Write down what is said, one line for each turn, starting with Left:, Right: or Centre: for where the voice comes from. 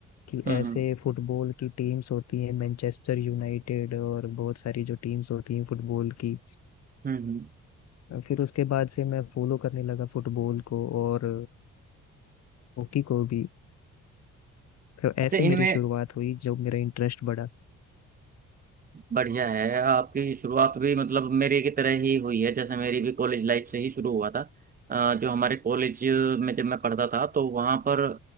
Left: कि ऐसे
Right: हम्म हम्म
Left: फुटबॉल की टीम्स होती हैं मैनचेस्टर यूनाइटेड और बहुत सारी जो टीम्स होती हैं फुटबॉल की
Right: हम्म हम्म।
Left: फिर उसके बाद से मैं फॉलो करने लगा फुटबॉल को और हॉकी को भी तो
Right: अच्छा
Left: ऐसे
Right: इनमें
Left: मेरी शुरुआत हुई जब मेरा इंटरेस्ट बढ़ा
Right: बढ़िया है आपकी शुरुआत भी मतलब मेरे की तरह ही हुई है जैसे मेरी भी कॉलेज लाइफ से ही शुरू हुआ था अ, जो हमारे कॉलेज में जब मैं पढ़ता था तो वहाँ पर